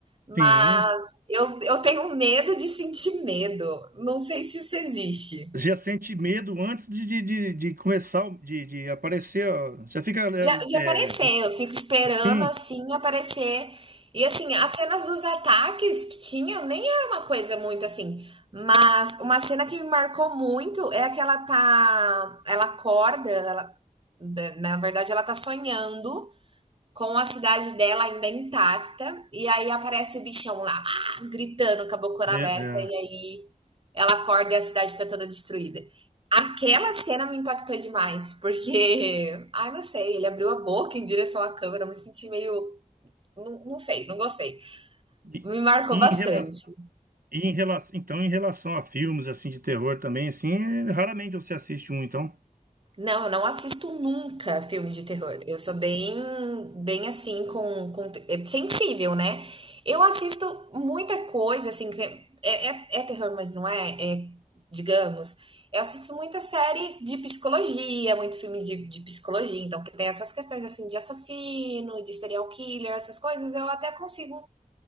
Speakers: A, on the right; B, on the right.
A: Mas
B: Sim.
A: eu, eu tenho medo de sentir medo. Não sei se isso existe.
B: Já sente medo antes de, de, de, de começar, o- de, de aparecer, ó. Já fica, né,
A: Já, de
B: é,
A: aparecer, eu fico esperando
B: sim,
A: assim aparecer. E assim, as cenas dos ataques que tinha nem era uma coisa muito assim. Mas uma cena que me marcou muito é a que ela tá. Ela acorda, ela, né, na verdade, ela tá sonhando com a cidade dela ainda intacta, e aí aparece o bichão lá, ah! gritando com a bocona
B: né,
A: aberta,
B: é.
A: e aí ela acorda e a cidade está toda destruída. Aquela cena me impactou demais, porque, <laughs> ai, não sei, ele abriu a boca em direção à câmera, eu me senti meio. Não, não sei, não gostei.
B: E,
A: Me marcou
B: e
A: bastante.
B: em relação, em relação, então, em relação a filmes, assim, de terror também, assim, é, raramente você assiste um, então.
A: Não, eu não assisto nunca filme de terror. Eu sou bem, bem assim, com, com- é sensível, né? Eu assisto muita coisa, assim, que é, é- é terror, mas não é, é, digamos. Eu assisto muita série de psicologia, muito filme de, de psicologia, então que tem essas questões, assim, de assassino, de serial killer, essas coisas, eu até consigo,